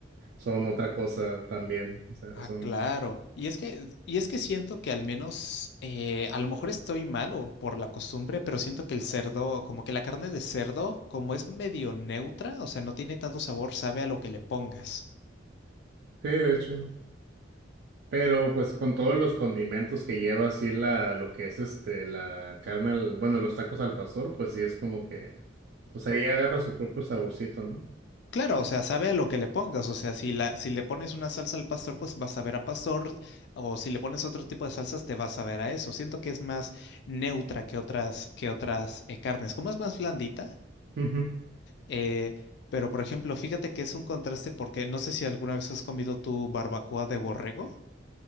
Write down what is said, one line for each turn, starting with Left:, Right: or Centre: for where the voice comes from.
Right: son otra cosa también. O sea,
Left: Ah,
Right: son,
Left: claro. Y es que, y es que siento que al menos, eh, a lo mejor estoy mal o por la costumbre, pero siento que el cerdo, como que la carne de cerdo, como es medio neutra, o sea, no tiene tanto sabor, sabe a lo que le pongas.
Right: sí, de hecho. Pero pues con todos los condimentos que lleva así la, lo que es este, la carne, al- bueno, los tacos al pastor, pues sí es como que, pues ahí agarra su propio saborcito, ¿no?
Left: Claro, o sea, sabe a lo que le pongas, o sea, si la, si le pones una salsa al pastor, pues vas a ver a pastor, o si le pones otro tipo de salsas, te vas a ver a eso. Siento que es más neutra que otras, que otras eh, carnes. Como es más blandita,
Right: Ujú.
Left: eh, pero por ejemplo, fíjate que es un contraste porque no sé si alguna vez has comido tu barbacoa de borrego.